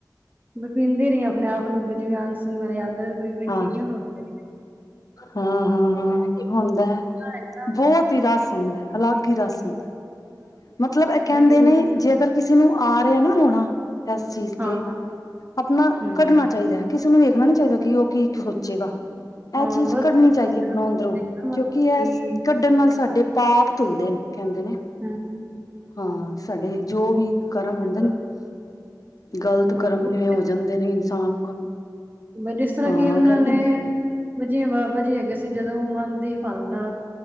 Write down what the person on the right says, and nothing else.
ਮੈਂ ਪੀਂਦੀ ਰਹੀ ਆਪਣੇ ਆਪ ਨੂੰ ਵੀ ਜਿਵੇਂ ਅੰਸੂ ਮੇਰੇ ਅੰਦਰ ਕੋਈ ਵੇਖੇ
ਕਿਉਂ ਰੋੱਦੇ
ਹੈਗਾ
ਬਈ
ਹਾਂ
ਹੂੰ
ਹਾਂ
ਬਸ
ਸ਼ਰਮ
ਆਉਂਦੀ ਨਾ
ਬਸ
ਵੀ
ਹਮ <unintelligible>
ਹਾਂ।
ਹਾਂ
ਬੁੱਧ
ਬ ਜਿਸ ਤਰਾਂ
ਕੀ ਉਹਨਾਂ
ਨੇ, ਬਾਬਾ ਜੀ, ਬਾਬਾ ਜੀ ਹੈਗੇ ਸੀ, ਜਦੋਂ ਉਹ ਮਨ ਦੀ ਭਾਵਨਾ